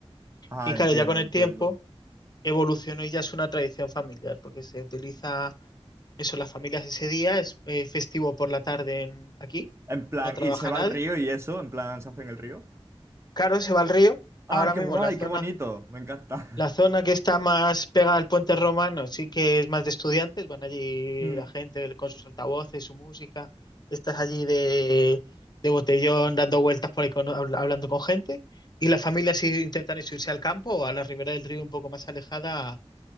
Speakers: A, on the right; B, on the left.
A: Ah,
B: y
A: entiendo,
B: claro, ya con el
A: entiendo.
B: tiempo evolucionó y ya es una tradición familiar, porque se utiliza eso en las familias ese día, es eh, festivo por la tarde en, aquí,
A: En plan,
B: no trabaja
A: y se va
B: nadie.
A: al río y eso, en plan, se hace en el río.
B: Claro, se va al río,
A: Ah,
B: ahora
A: qué
B: mismo
A: guay,
B: en la zona
A: qué bonito. Me encanta.
B: La zona que está más pegada al puente romano sí que es más de estudiantes, van allí
A: <laughs>
B: la gente con sus altavoces, su música, estás allí de, de botellón dando vueltas por ahí con- habl- hablando con gente y las familias sí intentan eso, irse al campo o a la ribera del río un poco más alejada